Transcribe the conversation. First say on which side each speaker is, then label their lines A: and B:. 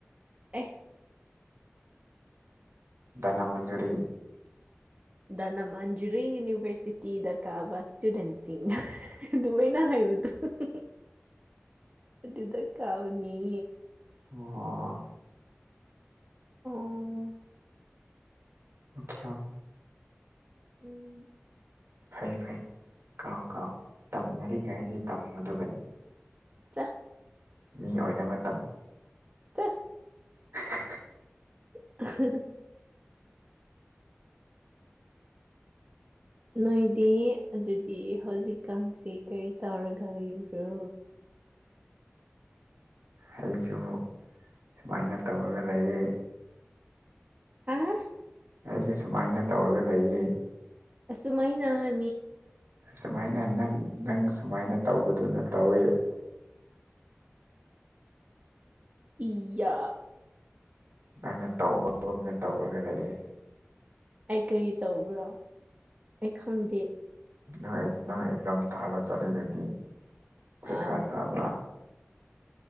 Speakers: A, on the right; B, on the right.
A: ꯑꯦ
B: ꯗꯅ ꯃꯟꯖꯨꯔꯤ
A: ꯗ ꯅꯃꯟꯖꯔꯤ ꯌꯨꯅꯤꯚꯔꯁꯤꯇꯤꯗ ꯀꯥꯕ ꯏꯁꯇꯨꯗꯦꯟꯁꯤꯡꯅ ꯑꯗꯨꯃꯥꯏꯅ ꯍꯥꯏꯕꯗꯣ <unintelligible> ꯑꯗꯨꯗ ꯀꯥꯎꯅꯤ
B: ꯑꯣ
A: ꯑꯥ
B: ꯑꯣ
A: ꯎꯝ
B: ꯐꯩ ꯐꯩ ꯀꯥꯎ ꯀꯥꯎ ꯇꯝꯅꯔꯤꯒꯥꯏꯁꯤ ꯇꯝꯒꯨꯗꯕꯅꯤ
A: ꯆ
B: ꯃꯤ ꯑꯣꯏꯅꯕ ꯇꯝꯃꯨ
A: ꯆꯠ
B: <unintelligible>
A: <unintelligible> ꯅꯣꯏꯗꯤ ꯑꯗꯨꯗꯤ ꯍꯧꯖꯤꯛꯀꯥꯟꯁꯦ ꯀꯔꯤ ꯇꯧꯔꯒ ꯂꯩꯕ꯭ꯔꯣ
B: ꯑꯩꯁꯨ ꯁꯨꯃꯥꯏꯅ ꯇꯧꯔꯒ ꯂꯩꯌꯦ
A: ꯑꯥ
B: ꯑꯩꯁꯦ ꯁꯨꯃꯥꯏꯅ ꯇꯧꯔꯒ ꯂꯩꯌꯦ
A: ꯑꯁꯨꯨꯃꯥꯏꯅ ꯑ
B: ꯑꯁꯨꯃꯥꯏꯅ ꯅꯪ ꯅꯪ ꯁꯨꯃꯥꯏꯅ ꯇꯧꯕꯗꯨꯅ ꯇꯧꯋꯤ
A: ꯏꯌꯥ
B: ꯅꯪꯅ ꯇꯧꯕꯒꯨꯝꯅ ꯇꯧꯔꯒ ꯂꯩꯌꯦ
A: ꯑꯩ ꯀꯔꯤ ꯇꯧꯕ꯭ꯔꯣ ꯑꯩ ꯈꯪꯗꯦ
B: ꯅꯪ ꯅꯪ ꯑꯦꯛꯖꯥꯝ ꯊꯥꯕ ꯆꯠꯂꯤꯗꯨꯗꯤ ꯄ꯭ꯔꯤꯈꯥ
A: ꯑꯥ
B: ꯊꯥꯕ